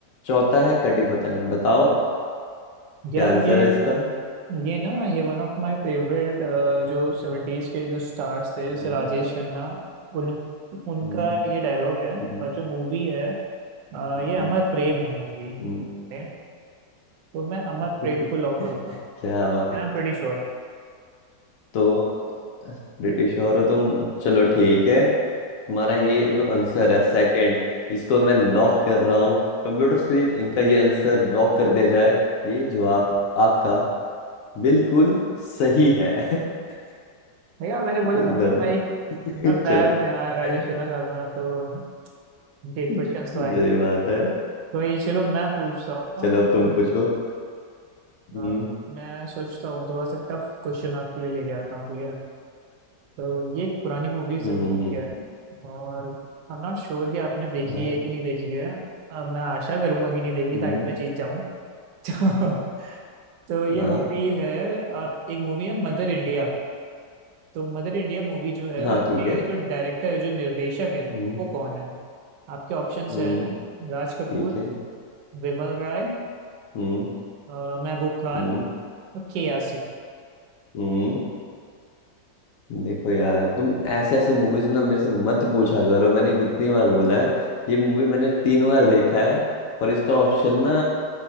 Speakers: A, on the left; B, on the right.
A: चौथा है कटी पतंग बताओ
B: यार
A: क्या आंसर
B: ये
A: है इसका <laughs>
B: ये ना ये वन ऑफ माय फेवरेट जो सेवेंटीज के जो स्टार्स थे जैसे
A: हम्म,
B: राजेश खन्ना उन उनका
A: हम्म,
B: ये डायलॉग है
A: हम्म,
B: और जो मूवी है अ,
A: हम्म,
B: ये अमर प्रेम है मूवी
A: हम्म।
B: तो मैं अमर
A: <laughs>
B: प्रेम को लॉक करूंगा
A: क्या बात
B: I am pretty sure
A: तो ब्रिटिश हो रहे हो तुम चलो ठीक है तुम्हारा ये जो आंसर है सेकंड इसको मैं लॉक कर रहा हूँ कंप्यूटर स्क्रीन इनका ये आंसर लॉक कर दिया जाए ये जवाब आपका बिल्कुल सही है <laughs>
B: भैया मैंने बोला
A: एकदम
B: था ना भाई
A: <laughs>
B: मैं फैन
A: चलो
B: हूँ यार
A: <laughs>
B: राजेश खन्ना साहब का तो उनके क्वेश्चंस
A: सही
B: तो आए
A: बात है <laughs>
B: तो ये चलो मैं पूछता हूँ
A: चलो
B: अब
A: अब तुम पूछो हम्म
B: अ, मैं सोचता हूँ थोड़ा सा टफ क्वेश्चन आपके लिए लेके आता हूँ ठीक है तो ये एक पुरानी मूवीज
A: हम्म हम्म,
B: है और आई एम नॉट श्योर कि आपने देखी
A: हम्म, हाँ
B: है कि नहीं देखी है अ, मैं आशा करूंगा कि नहीं देखी
A: हम्म
B: ताकि मैं जीत जाऊं <laughs> तो, तो ये
A: हाँ
B: मूवी है आप एक मूवी है मदर इंडिया तो मदर इंडिया मूवी जो है
A: <laughs> हाँ
B: उसके
A: ठीक है
B: जो डायरेक्टर है जो निर्देशक है वो
A: हम्म
B: कौन है आपके ऑप्शंस
A: हम्म
B: हैं राज
A: ठीक
B: कपूर
A: है
B: विमल राय
A: हम्म
B: अ, महबूब खान
A: हम्म
B: और के आसिफ
A: हम्म देखो यार तुम ऐसे ऐसी मूवीज ना मेरे से मत पूछा करो मैंने कितनी बार बोला है ये मूवी मैंने तीन बार देखा है और इसका ऑप्शन ना